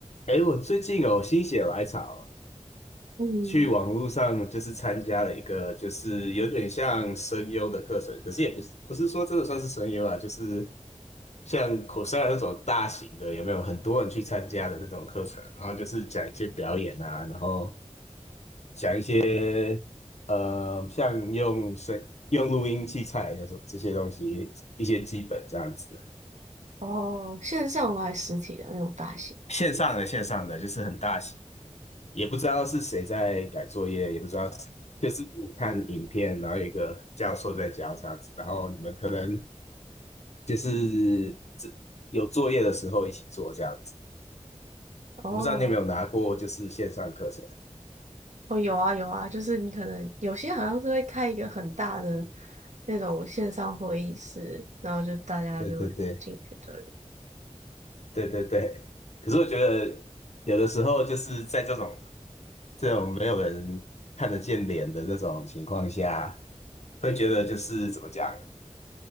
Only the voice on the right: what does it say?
嗯，
哦，线上还是实体的那种发型？
哦，
哦，有啊有啊，就是你可能有些好像是会开一个很大的那种线上会议室，然后就大家就进去对。